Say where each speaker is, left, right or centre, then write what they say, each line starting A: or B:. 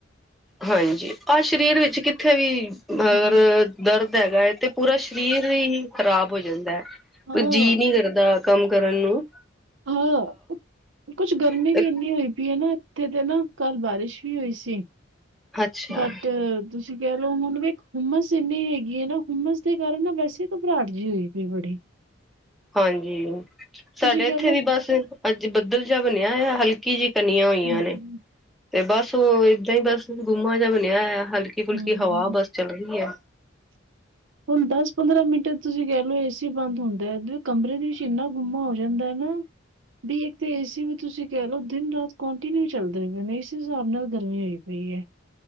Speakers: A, in the centre; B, on the right (about 80°).
A: ਹਾਂਜੀ ਆਹ ਸਰੀਰ ਵਿੱਚ ਕਿੱਥੇ ਵੀ ਅਗਰ
B: ਹਾਂ
A: ਦਰਦ ਹੈਗਾ ਐ ਤੇ ਪੂਰਾ ਸਰੀਰ ਹੀ ਖ਼ਰਾਬ ਹੋ ਜਾਂਦਾ ਐ
B: ਹਾਂ
A: ਕੋਈ ਜੀ ਨੀ ਕਰਦਾ ਕੰਮ ਕਰਨ ਨੂੰ
B: ਹਾ ਕੁਛ ਗਰਮੀ
A: ਅਹ
B: ਵੀ ਇੰਨੀ ਹੋਈ ਪਈ ਹੈ, ਨਾ ਇੱਥੇ ਤੇ ਨਾ ਕੱਲ ਬਾਰਿਸ਼ ਵੀ ਹੋਈ ਸੀ
A: ਅੱਛਾ
B: ਬਟ ਤੁਸੀਂ ਕਹਿ ਲਓ ਹੁਣ ਵੀ ਹੁੰਮਸ ਇੰਨੀ ਹੈਗੀ ਏ ਨਾ ਹੁੁੰਮਸ ਦੇ ਕਾਰਨ ਨਾ ਵੈਸੇ ਘਬਰਾਹਟ ਜੀ ਹੋਈ ਪਈ ਬੜੀ
A: ਹਾਂਜੀ ਸਾਡੇ
B: ਤੁਸੀਂ ਕਹਿ
A: ਇੱਥੇ
B: ਲਓ
A: ਵੀ ਬਸ ਅੱਜ ਬੱਦਲ ਜਾ ਬਣਿਆ ਐ ਹਲਕੀ ਜੀ ਤਨੀਆਂ ਹੋਈਆਂ
B: ਹੂੰ
A: ਨੇ ਤੇ ਬਸ ਓ ਏਦਾਂ ਹੀ ਬਸ ਗੁੰਮਾ ਜਿਹਾ ਬਣਿਆ ਐ ਹਲ ਹਲਕੀ ਫੁਲਕੀ
B: ਹੂੰ
A: ਹਵਾ ਬਸ ਚੱਲ ਰਹੀ ਐ
B: ਹੁਣ ਦਸ ਪੰਦਰਾਂ ਮਿੰਟ ਤੁਸੀਂ ਕਹਿ ਲਓ ਏਸੀ ਬੰਦ ਹੁੰਦੇ ਆ, ਕਮਰੇ ਦੇ ਵਿੱਚ ਏਨਾ ਗੁੰਮ ਹੋ ਜਾਂਦਾ ਐ ਨਾ ਵੀ ਇੱਕ ਏ ਸੀ ਵੀ ਤੁਸੀਂ ਕਹਿ ਲੋ ਦਿਨ ਰਾਤ ਕੋਂਟੀਨਿਊ ਚੱਲਦੇ ਪਏ ਨੇ ਏਸ ਹਿਸਾਬ ਨਾਲ ਗਰਮੀ ਹੋਈ ਪਈ ਹੈ